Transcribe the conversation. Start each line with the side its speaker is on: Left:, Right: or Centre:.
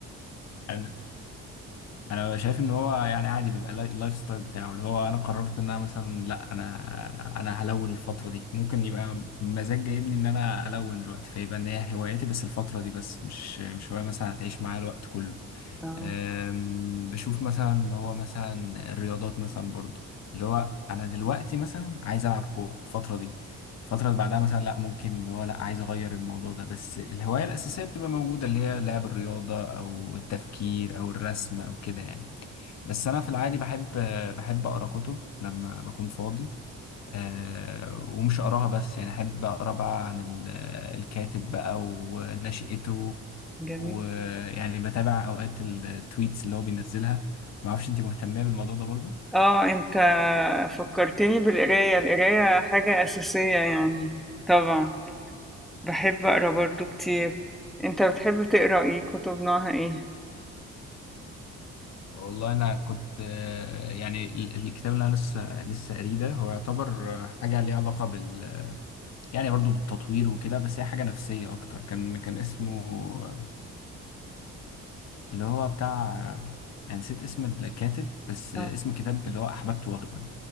Left: انا انا شايف ان هو يعني عادي بيبقى لاي- اللايف ستايل بتاعه اللي هو انا قررت ان انا مثلا لا انا انا هلون الفترة دي ممكن يبقى مزاج جايبني ان انا الون دلوقتي فيبقى ان هي هوايتي بس الفترة دي بس مش مش هواية مثلا هتعيش معايا الوقت كله
Centre: اه
Left: أم، بشوف مثلا اللي هو مثلا الرياضات مثلا برضو اللي هو انا دلوقتي مثلا عايز العب كوره الفتره دي الفتره اللي بعدها مثلا لا ممكن اللي هو لا عايز اغير الموضوع ده بس الهوايه الاساسيه بتبقى موجوده اللي هي لعب الرياضه او التفكير او الرسم او كده يعني بس انا في العادي بحب بحب اقرا كتب لما بكون فاضي أه ومش اقراها بس يعني احب اقرا بقى عن ال- الكاتب بقى ونشأته
Centre: جميل
Left: ويعني بتابع اوقات التويتس اللي هو بينزلها ما اعرفش انت مهتمه بالموضوع ده برضه
Centre: اه انت فكرتني بالقراية القراية حاجة أساسية يعني طبعا باحب أقرا برضه كتير. أنت بتحب تقرا إيه؟ كتب نوعها إيه؟
Left: والله انا كنت آه، يعني ال- الكتاب اللي انا لسه لسه قاريه ده هو يعتبر آه، حاجه ليها علاقه بال يعني برضه بالتطوير وكده بس هي حاجه نفسيه اكتر كان كان اسمه آه، اللي هو بتاع آه، يعني نسيت اسم الكاتب بس آه،
Centre: آه.
Left: اسم الكتاب اللي هو احببت واخده